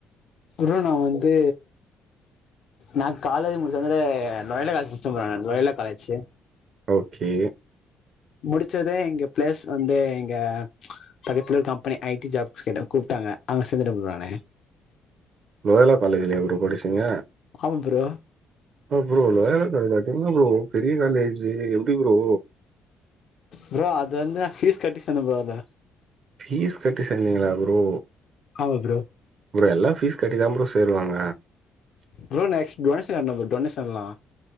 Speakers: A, on the left; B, on the right.
A: ப்ரோ நா வந்து நா காலேஜு முடிச் வந்து லொயலே கால்ஜ் முச்ச ப்ரோ நானு லொயலா காலேஜ்ஜு
B: ஓகே
A: முடிச்சதே இங்க பிளேஸ் வந்து இங்க பக்கத்துல இருக் கம்பெனி ஐ டி ஜாப்க் என்ன கூப்டாங்க அங்க சேந்துட ப்ரோ நானு
B: லொயலா காலேஜ்லயா ப்ரோ படிச்சீங்க
A: ஆமா ப்ரோ
B: அ ப்ரோ லொயால காலேஜா என்ன ப்ரோ பெரிய காலேஜூ எப்டி ப்ரோ
A: ப்ரோ அது வந்து நா ஃபீஸ் கட்டி சேந்தே ப்ரோ அங்க
B: ஃபீஸ் கட்டி சேந்தீங்ளா ப்ரோ
A: ஆமா ப்ரோ
B: ப்ரோ எல்லா ஃபீஸ் கட்டி தா ப்ரோ சேர்வாங்க
A: ப்ரோ நா எக்ஸ் டொனேஷன் கட்னே ப்ரோ டொனேஷன்லா